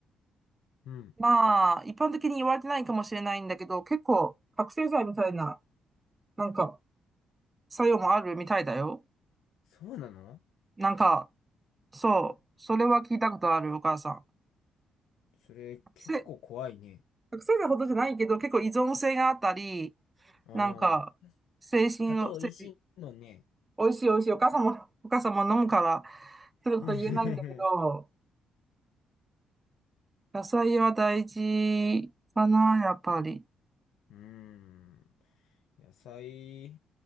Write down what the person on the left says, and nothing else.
うん。
そうなの
それ結構怖いね。
うん。
砂糖美味しいもんね。
うん。<laughs>
うん野菜、